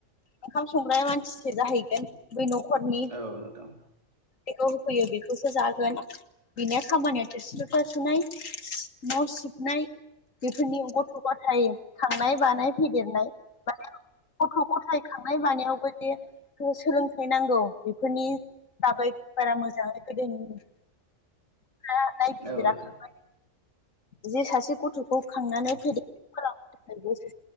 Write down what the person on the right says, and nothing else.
औ नोंथां औ नोंथां
औ नोंथां